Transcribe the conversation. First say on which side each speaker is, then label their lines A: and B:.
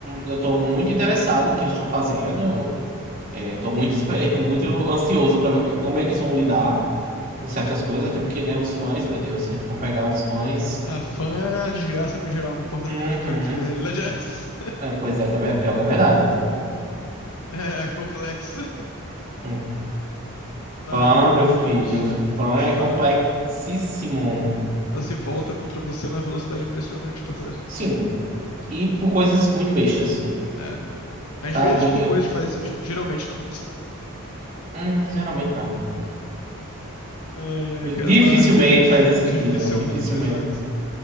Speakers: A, on the right; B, on the left.
A: eu tô muito interessado no que eles estão fazendo. É, tô muito, espe- <laughs> muito ansioso para ver o que, como eles vão lidar com certas coisas, até porque, né, os fãs, meu Deus, se a gente for pegar os fãs.
B: A fã é a desgraça no geral, não importa
A: Uhum.
B: do que seja a franquia. A realidade é, essa.
A: É, pois é, que é, ver- pior que é verdade.
B: <laughs> é complexa.
A: Hum.
B: Mas
A: Fã, meu filho,
B: fã,
A: fã é
B: fã
A: complexíssimo.
B: ela se volta contra você numa velocidade impressionante, parceiro.
A: Sim, e por coisas muito bestas.
B: É. Às
A: Sabe?
B: vezes por coisas que fazem sentido, geralmente não.
A: Hum, geralmente não.
B: Ai, ai, cara,
A: Dificilmente
B: mas
A: faz esse
B: dificilmente,
A: sentido. Dificilmente.
B: exato.